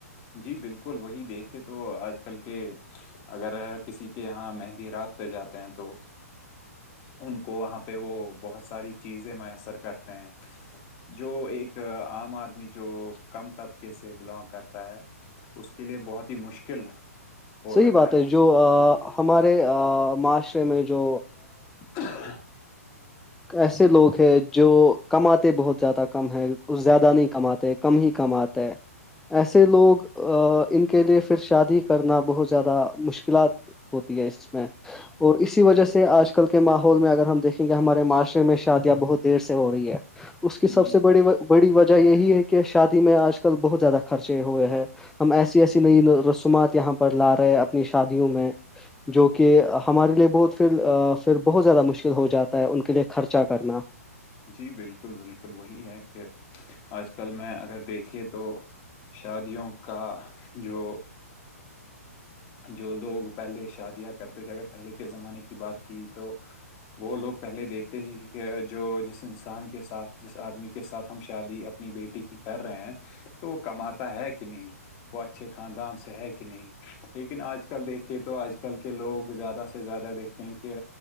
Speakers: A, on the left; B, in the centre.
A: جی بالکل وہی دیکھے تو آج کل کے اگر کسی کے یہاں مہندی رات پہ جاتے ہیں تو ان کو وہاں پہ وہ بہت ساری چیزیں میسر کرتے ہیں جو ایک عام آدمی جو کم طبقے سے بلانگ کرتا ہے اس کے لیے بہت ہی مشکل ہو
B: صحیح
A: رکھا
B: بات ہے جو ہمارے معاشرے میں جو
A: <inaudible>
B: ایسے لوگ ہے جو کماتے بہت زیادہ کم ہے کچ زیادہ نہیں کماتے کم ہی کم آتا ہے ایسے لوگ ان کے لیے پھر شادی کرنا بہت زیادہ مشکلات ہوتی ہے اس میں اور اسی وجہ سے آج کل کے ماحول میں اگر ہم دیکھیں کہ ہمارے معاشرے میں شادیاں بہت دیر سے ہو رہی ہے اس
A: ہے
B: کی سب
A: جی
B: سے بڑی بڑی وجہ یہی ہے کہ شادی میں آج کل بہت زیادہ خرچے ہوئے ہیں ہم ایسی ایسی نئی رسومات یہاں پر لا رہے اپنی شادیوں میں جو کہ ہمارے لیے بہت پھر پھر بہت زیادہ مشکل ہو جاتا ان کے لیے خرچہ کرنا
A: جی بالکل بالکل وہی ہے کہ آج کل آج کل میں اگر دیکھے تو شادیوں کا جو جو لوگ پہلے شادیاں کرتے تھے اگر پہلے کے زمانے کی بات کی تو وہ لوگ پہلے دیکھتے تھ کہ جو جس انسان کے ساتھ جس آدمی کے ساتھ ہم شادی اپنی بیٹی کی کر رہے ہیں تو وہ کماتا ہے کہ نہیں وہ اچھے خاندان سے ہے کہ نہیں لیکن آج کل دیکھیے تو آج کل کے لوگ زیادہ سے زیادہ دیکھتے ہیں کہ